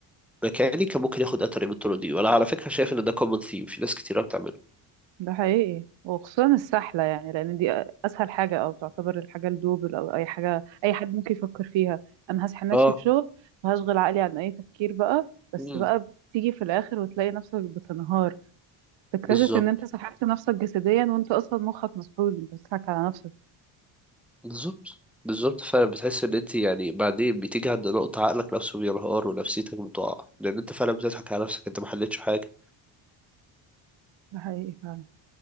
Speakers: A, in the centre; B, on the right.
A: مكاني كان ممكن ياخد أي طريق من الطرق دي وأنا على فكرة شايف إن ده كومن ثيم في ناس كتيرة بتعمله
B: ده حقيقي وخصوصا السحلة يعني لأن دي أسهل حاجة أو تعتبر الحاجة الدوبل أو أي حاجة أي حد ممكن يفكر فيها أنا هسحل نفسي
A: اه
B: في شغل وهشغل عقلي عن أي تفكير بقى بس
A: مم.
B: بقى بتيجي في الآخر وتلاقي نفسك بتنهار تكتشف
A: بالظبط
B: إن أنت سحلت نفسك جسديا وأنت أصلا مخك مسحول أنت بتضحك على نفسك
A: بالظبط بالظبط فعلا بتحس إن أنت يعني بعدين بتيجي عند نقطة عقلك نفسه بينهار ونفسيتك بتقع لأن أنت فعلا بتضحك على نفسك أنت ما حلتش حاجة
B: ده حقيقي فعلا